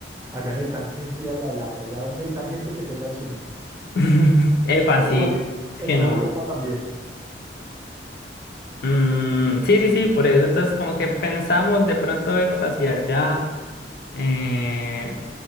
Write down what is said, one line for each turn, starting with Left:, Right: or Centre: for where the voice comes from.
Right: Allá necesitan gente a la lata, allá necesitan gente que tenga chinos.
Left: <laughs> Epa,
Right: Pero
Left: sí,
Right: Igual e-
Left: es
Right: en
Left: que
Right: toda
Left: no.
Right: Europa también.
Left: Mm, sí, sí, sí, por eso. Entonces, como que pensamos de pronto irnos hacia allá, eh,